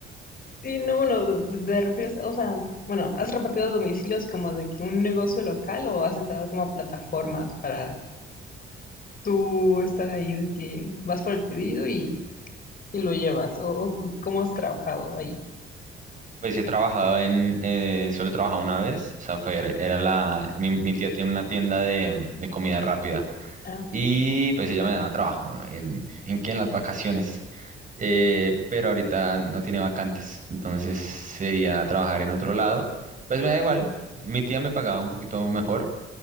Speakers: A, on the left; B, on the right.
A: Sí, no, bueno, te te refieres, o sea, bueno, ¿has repartido domicilios como de que un negocio local o has entrado como a plataformas para tú estar ahí de que vas por el pedido y, y lo llevas? ¿O, o cómo has trabajado ahí?
B: Pues he trabajado en, eh, solo he trabajado una vez, o sea, fue, era la, mi, mi tía tiene una tienda de, de comida rápida
A: Ah, ok.
B: y pues ella me daba trabajo, ¿en, en qué? En las vacaciones, Eh, pero ahorita no tiene vacantes, entonces sería trabajar en otro lado, pues me da igual, mi tía me pagaba un poquito mejor,